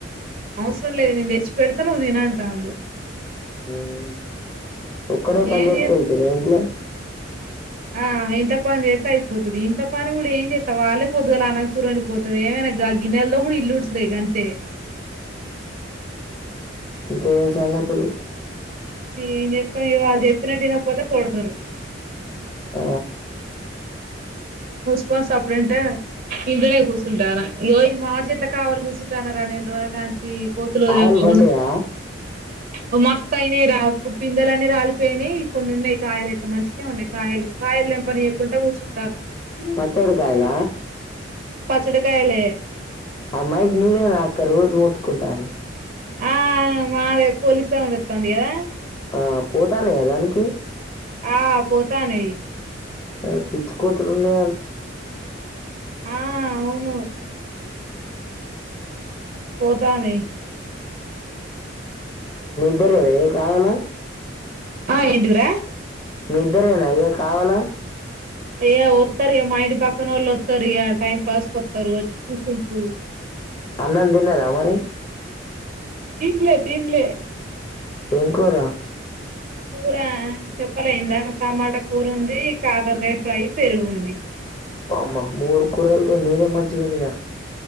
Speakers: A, on the right; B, on the left.
A: అవసరం లేదు నేను తెచ్చి పెడత. నువ్వు తినంటాండు.
B: ఉమ్ ఒక్కడే పని
A: ఏం
B: జెత్తే
A: చేద్దాం
B: అయితద ఇంట్ల
A: ఆ ఇంట్ల పని జేత్తే అయిపోతది. ఇంట్ల పని కూడా ఏం జేత్తా వాళ్ళే పోద్దుగాల అన్నం, కూర అండిపోతారు. ఏమై నాక్ గా గిన్నెల్ తోముడు, ఇల్లు ఉడుసూడే గంతే
B: ఇంకా ఏం సంగతులు
A: ఏం జెప్పా ఇగ వాళ్ళు చెప్పినట్టు వినకపోతే కొడతరు.
B: ఆ
A: <unintelligible> ఇంట్లనే కూసుంటాన్న. ఇగో ఈ మామిడి చెట్లకి కావలి కూసుంటాన్నా రా నెల్ రోజుల కాడ్ చి కోతులు
B: కాయలు
A: తెంపుకోకుండా
B: పడ్డయా
A: ఓ మస్త్ అయినాయి రా ఇప్పుడు పిందలన్నీ రాలిపోయినాయి. కొన్ని ఉన్నాయి కాయలు అయితే మంచినే ఉన్నాయి కాయలు. కాయల్ తెంపనియ్యకుంటా కూసున్
B: పచ్చడి కాయల
A: చ్చడి కాయలే
B: ఆ మైక్ మీదే నా అక్క రోజు మొత్తుకుంటాంది.
A: ఆ మాదే పోలీస్ సౌండ్ ఒత్తాంది కదా.
B: ఆ పోతానయ దానికి
A: ఆ పోతానయి
B: ఆ పిచ్చికోతులు ఉన్నాయి అన్
A: ఆ అవును పో తానై
B: బరే కావాల
A: ఆ ఏంటిదిరా
B: మీ ఇద్దరేనా అయ్యా కావాలా
A: ఏయ ఒత్తరగా మా ఇంటి పక్కన వాళ్ళ వస్తారు టైం పాస్ కొస్తారు వచ్చి కూర్చుంటారు
B: అన్నం తిన్నారా మరి
A: తినలే తినలే
B: ఏం కూర
A: కూర చెప్పలే ఇందాక టమాటా కూర ఉంది కాకరకాయ ఫ్రై పెరుగుంది
B: అమ్మ మూడు కూరలతో నీరే మంచిది ఉందిగా